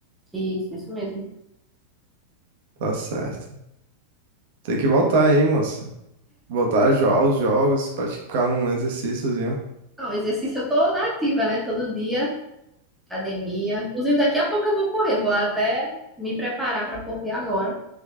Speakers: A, in the centre; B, on the right.
A: Isso, isso mesmo.
B: Tá certo. Tem que voltar aí, moça. Voltar a jo- aos jogos, praticar um exercíciozinho.
A: Não, exercício eu tô na ativa, né? Todo dia, academia. Inclusive, daqui a pouco eu vou correr, vou até me preparar para correr agora.